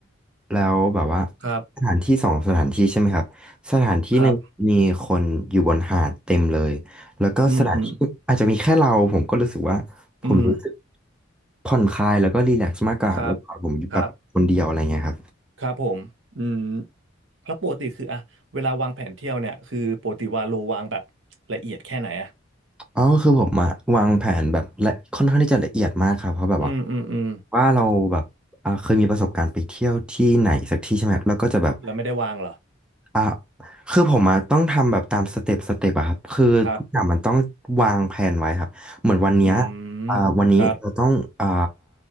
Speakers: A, in the centre; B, on the right.
A: แล้วแบบว่า
B: ครับ
A: สถานที่สองสถานที่ใช่ไหมครับสถานที่หนึ่งมีคนอยู่บนหาดเต็มเลยแล้วก็สถานที่อาจจะมีแค่เราผมก็รู้สึกว่าผมรู้สึก
B: ครับอืมอืมอืม
A: ผ่อนคลายแล้วก็รีแลกซ์มากกว่าเวลาผมอยู่แบบคนเดียวอะไรเงี้ยครับ
B: ครับครับครับผมอืมแล้วปกติคืออะเวลาวางแผนเที่ยวเนี่ยคือปกติวาโลวางแบบละเอียดแค่ไหนอะ
A: อ๋อคือผมอะวางแผนแบบละค่อนข้างที่จะละเอียดมากครับเพราะแบบว่า
B: อืมอืมอืม
A: ว่าเราแบบอ่าเคยมีประสบการณ์ไปเที่ยวที่ไหนสักที่ใช่ไหมครับเราก็จะแบบ
B: แล้วไม่ได้วางเหรอ
A: อ่ะคือผมอะต้องทำแบบตามสเต็ปสเต็ปอะครับคือทุกอย่างมันต้องวางแผนไว้ครับเหมือนวันเนี้ย
B: ครับอื
A: อ่าวันนี้เราต้องอ่า
B: มครับ